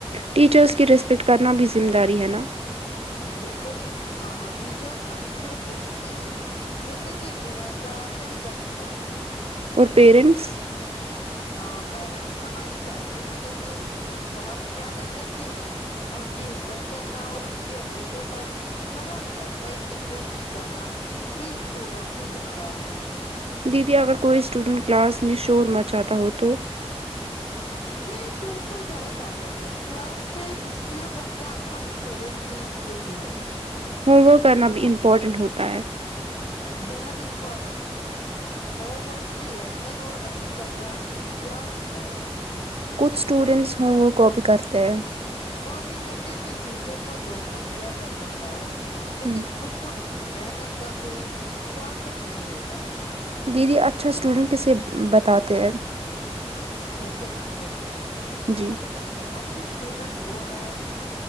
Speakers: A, on the right; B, on the left.
A: ٹیچرس کی ریسپیکٹ کرنا بھی ذمہ داری ہے نا
B: بالکل ٹیچرس ہمیں صرف بکس نہیں زندگی جینا کا طریقہ سکھاتی ہے
A: اور پیرنٹس
B: آ پیرنٹس ہماری تعلیم کے لیے بہت محنت کرتے ہیں ان کی عزت کرنا اور ان کی امیدوں پر کھڑا اترنے کی کوشش کرنا بھی اسٹوڈنٹ کی ذمہ داری ہے
A: دیدی اگر کوئی اسٹوڈنٹ کلاس میں شو روما چاہتا ہو تو
B: یہ بالکل غلط عادت ہے کلاس میں ڈسپلن رکھنا ہر اسٹوڈینٹ کی ڈیوٹی ہے
A: ہوم ورک کرنا بھی امپورٹنٹ ہوتا ہے
B: بہت ہی امپورٹنٹ ہوم ورک سے لسن اور اچھی طرح یاد ہوتا ہے
A: کچھ اسٹوڈنٹس ہوم ورک کاپی کرتے ہیں
B: کاپی کرنے سے ٹیچر کو دھوکا دیا جا سکتا ہے لیکن
A: ہم،
B: خود کو نہیں محنت کا کوئی شارٹ کٹ نہیں ہوتا
A: دیدی اچھا اسٹوڈنٹ کسے بتاتے ہیں
B: کیسے بنتے ہیں
A: جی
B: اچھی اسٹوڈنٹ وہ ہے